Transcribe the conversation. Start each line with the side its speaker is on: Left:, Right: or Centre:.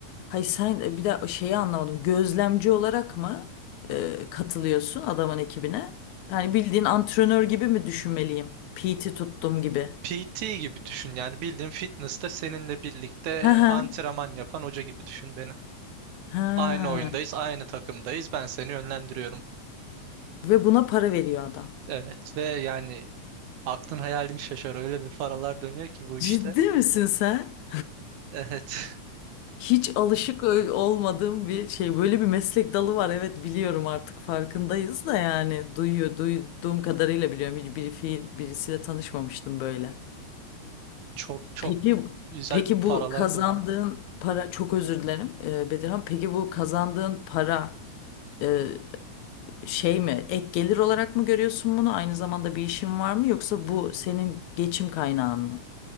Left: Hayır sen e, bir daha şeyi anlamadım. Gözlemci olarak mı e, katılıyorsun adamın ekibine? Yani bildiğin antrenör gibi mi düşünmeliyim? PT tuttum gibi.
Right: PT gibi düşün yani bildiğin fitness'te seninle birlikte
Left: Hı hı.
Right: antrenman yapan hoca gibi düşün beni.
Left: Ha.
Right: Aynı oyundayız, aynı takımdayız. Ben seni yönlendiriyorum.
Left: Ve buna para veriyor adam.
Right: Evet ve yani aklın hayalin şaşar. Öyle bir paralar dönüyor ki bu
Left: Ciddi
Right: işte.
Left: misin sen?
Right: Evet. <laughs>
Left: Hiç alışık ö- olmadığım bir şey. Böyle bir meslek dalı var. Evet biliyorum artık farkındayız da yani duyuyor, duyduğum kadarıyla biliyorum. Hiç bir fiil, birisiyle tanışmamıştım böyle.
Right: Çok çok
Left: Peki
Right: güzel
Left: peki bu
Right: paralar
Left: kazandığın
Right: dönüyor.
Left: para çok özür dilerim e, Bedirhan. Peki bu kazandığın para e, şey mi ek gelir olarak mı görüyorsun bunu? Aynı zamanda bir işin var mı yoksa bu senin geçim kaynağın mı?